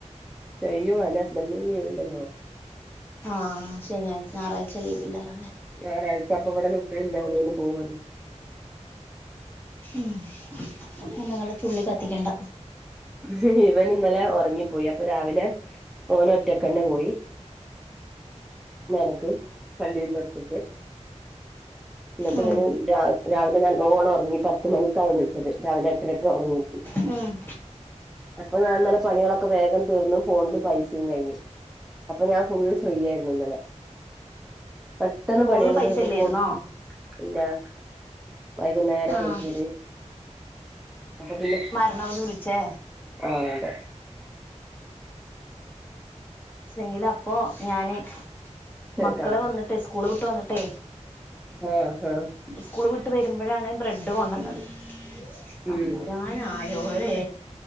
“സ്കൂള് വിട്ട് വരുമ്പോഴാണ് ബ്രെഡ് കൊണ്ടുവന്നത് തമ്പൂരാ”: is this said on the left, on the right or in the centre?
Left